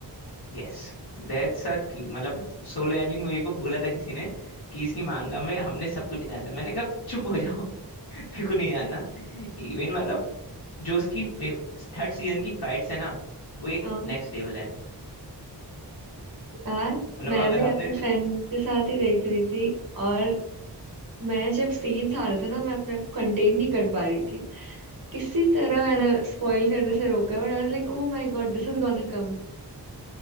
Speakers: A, on the left (about 65°); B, on the right (about 55°).
A: Yes That's a की मतलब सोलो लेवलिंग मेरे को बोला था किसी ने कि इसकी मांगा में हमने सब कुछ जाना था मैंने कहा चुप हो जाओ <laughs> मेरे को नहीं जानना इवन मतलब जो उसकी थर्ड सीजन की फाइट्स है ना वो एक
B: हाँ
A: नेक्स्ट लेवल है
B: यार
A: मतलब
B: मैं
A: अगर
B: भी
A: आपने
B: अपने फ्रेंड्स के साथ ही देख रही थी और मैं जब सीन्स आ रहे थे ना मैं अपने आप को कंटेन नहीं कर पा रही थी किसी तरह मैंने स्पॉइल करने से रोका but I was like oh my God this is gonna come